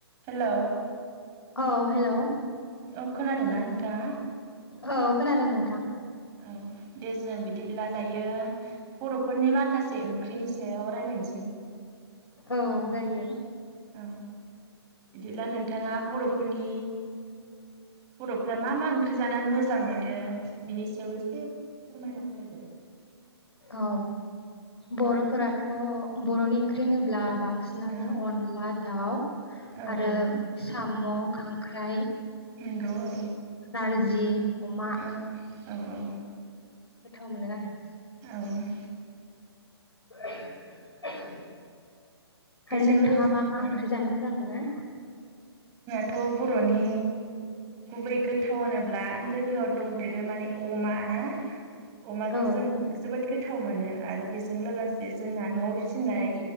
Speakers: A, on the right; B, on the left.
A: Hello
B: <inaudible> औ। Hello.
A: औ खोनादों ना नोंथाङा।
B: औ खोनादों नोंथां।
A: औ दे जों बिदिब्ला दायो बरफोरनि माखासे ओंख्रिनि सायाव रायलायनोसै।
B: औ जायो।
A: औ बिदिब्ला नोंथाङा बरफोरनि बरफ्रा मा मा ओंख्रि जानानै मोजां मोनो बिनि सायाव एसे फोरमायना होग्रोदो।
B: औ बरफोराथ बरनि ओंख्रि होनोब्ला। बांसिनानो
A: औ
B: अनला दाउ
A: औ
B: आरो
A: औ
B: सा म' खांख्राइ।
A: नोंगौ औ।
B: नारजि अमा
A: औ औ औ।
B: गोथाव मोनो आरो।
A: औ
B: <unintelligible>
A: बेजों
B: आरो नोंथाङा
A: लोगोसे
B: मा मा ओंख्रि जानो मोजां मोनो।
A: थ' बर'नि गुबै गोथावानो। अब्ला लोगोआव दंदेरो माने अमा ना। अमाखौ
B: औ
A: जों जोबोद गोथाव मोनो आरो बेजों लोगोसे जोंना न'आव फिसिनाय